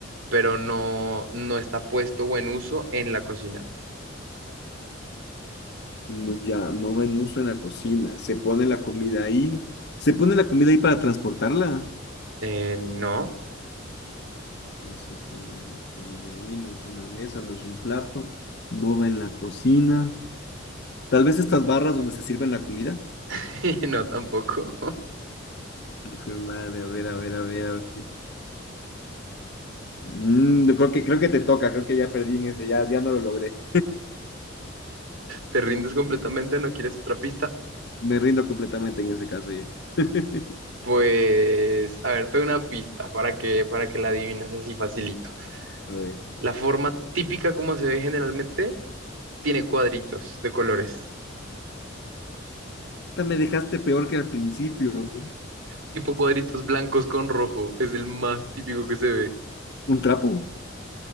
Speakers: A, on the right (about 80°); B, on the left (about 55°).
A: pero no, no está puesto o en uso en la cocina.
B: no, ya no va en uso en la cocina. Se pone la comida ahí. Se pone la comida ahí para transportarla.
A: Eh, no,
B: No se pone la comida ahí, no es una mesa, no es un plato. No va en la cocina. Tal vez estas barras donde se sirven la comida.
A: <laughs> no tampoco.
B: Hijo de madre, a ver, a ver, a ver, a ver. Mm, yo creo que, creo que te toca, creo que ya perdí en ese, ya, ya no lo logré.
A: ¿Te rindes completamente? ¿No quieres otra pista?
B: Me rindo completamente en ese caso ya. <laughs>
A: Pues, a ver, te doy una pista para que, para que la adivines así facilito.
B: A ver.
A: La forma típica como se ve generalmente tiene cuadritos de colores,
B: Puta, Me dejaste peor que al principio. ¿no?
A: tipo cuadritos blancos con rojo. Es el más típico que se ve.
B: ¿Un trapo?